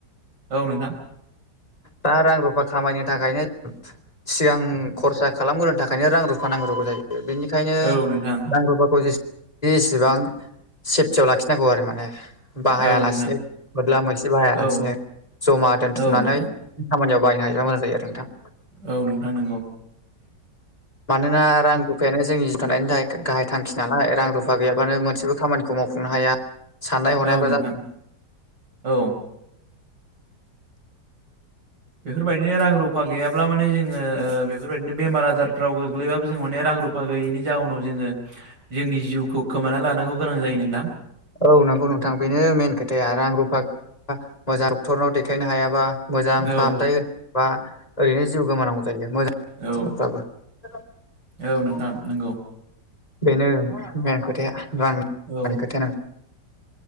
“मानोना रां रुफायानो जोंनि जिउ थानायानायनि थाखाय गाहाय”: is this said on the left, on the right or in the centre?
Left